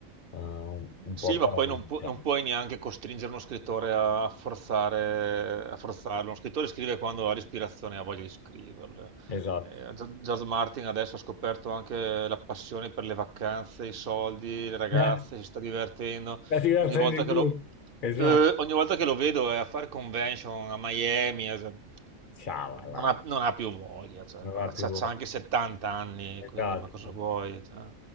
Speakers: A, on the left (about 45°); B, on the right (about 45°).
A: eh, un
B: Sì,
A: po'
B: ma
A: per,
B: poi
A: diciamo.
B: non, pu- non puoi neanche costringere uno scrittore a forzare, a forzarlo. Uno scrittore scrive quando ha l'ispirazione e ha voglia di scriverle.
A: Esatto.
B: Eh, Gio- George Martin adesso ha scoperto anche la passione per le vacanze, i soldi, le ragazze,
A: Eh,
B: si sta divertendo.
A: La divertente
B: Ogni volta
A: di gruppo.
B: che lo,
A: Esatto.
B: eh, ogni volta che lo vedo è a fare convention a Miami, eh,
A: Ciao, là.
B: non ha, non ha più voglia, cioè,
A: Non
B: però
A: va
B: ha
A: più.
B: c'ha- c'ha anche 70 anni, quindi
A: Esatto.
B: ma cosa vuoi? cioè.